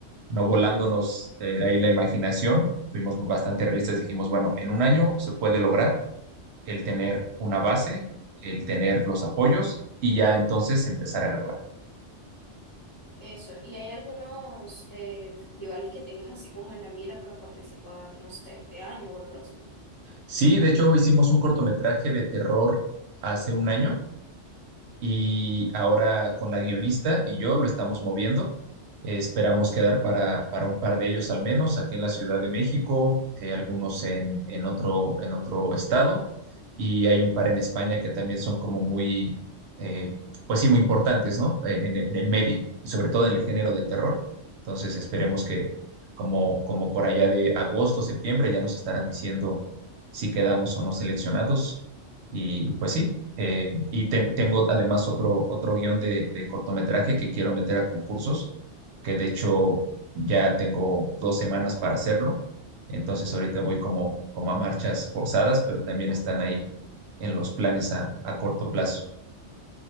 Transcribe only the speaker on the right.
no volándonos eh, ahí la imaginación, fuimos bastante realistas, dijimos, bueno, en un año se puede lograr el tener una base, el tener los apoyos y ya entonces empezar a grabar.
Sí, de hecho hicimos un cortometraje de terror hace un año y ahora con la guionista y yo lo estamos moviendo. Eh, esperamos quedar para, para un par de ellos al menos, aquí en la Ciudad de México, eh, algunos en, en otro, en otro estado, y hay un par en España que también son como muy, eh, pues sí, muy importantes, ¿no? En, en- en el medio y sobre todo en el género de terror. Entonces esperemos que como, como por allá de agosto, septiembre, ya nos estarán diciendo si quedamos o no seleccionados. Y pues sí, eh, y ten- tengo además otro, otro guión de, de cortometraje que quiero meter a concursos, que de hecho ya tengo dos semanas para hacerlo. Entonces ahorita voy como, como a marchas forzadas, pero también están ahí en los planes a, a corto plazo.